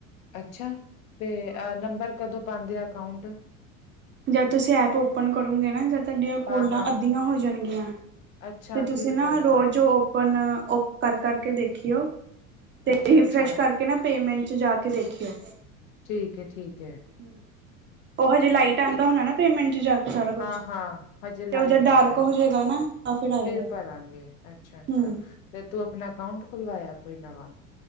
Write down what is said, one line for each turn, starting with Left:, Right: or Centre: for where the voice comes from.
Left: ਅੱਛਾ ਤੇ
Right: ਹੋਰ
Left: ਅ ਨੰਬਰ ਕਦੋਂ ਪਾਉਂਦੇ ਆ ਅਕਾਊਂਟ
Right: ਜਦ ਤੁਸੀਂ ਐਪ ਓਪਨ ਕਰੋਗੇ ਨਾ ਜ ਤੁਹਾਡੀਆਂ
Left: ਹਾਂ
Right: ਕੋਲਾਂ
Left: ਹਾਂ
Right: ਅੱਧੀਆਂ ਹੋ ਜਾਣਗੀਆਂ।
Left: ਅੱਛਾ
Right: ਤੇ ਤੁਸੀਂ
Left: ਫਿਰ
Right: ਨਾ
Left: ਪਏਗਾ
Right: ਰੋਜ਼ ਜੋ ਆਪ ਉਹ ਕਰ ਕਰਕੇ ਦੇਖੀਓ ਤੇ
Left: ਅੱਛਾ ਅੱਛਾ
Right: ਫਰੈਸ਼ ਕਰਕੇ ਕੇ ਨਾ ਪੇਮੈਂਟ 'ਚ ਜਾ ਕੇ ਦੇਖਿਓ।
Left: ਠੀਕ ਏ- ਠੀਕ ਏ।
Right: ਹੂੰ ਓ ਹਜੇ ਲਾਈਟ ਆਂਦਾ ਹੋਣਾ ਨਾ ਪੇਮੈਂਟ' ਚ ਜਾ ਕੇ ਸਾਰਾ ਕੁਛ।
Left: ਹਾਂ ਹਾਂ ਹਜੇ ਲਾਈਟ
Right: ਤੇ ਓ ਜੇ
Left: ਆਉਂਦਾ
Right: ਡਾਰਕ ਹੋ ਜੇਗਾ ਨਾ। ਤਾਂ ਆਏਗਾ।
Left: ਫਿਰ ਭਰਾਂਗੇ ਅੱਛਾ- ਅੱਛਾ
Right: ਹੂੰ,
Left: ਫੇਰ ਤੂੰ ਆਪਣਾ ਅਕਾਊਂਟ ਖੁਲਵਾਇਆ ਕੋਈ ਨਵਾਂ।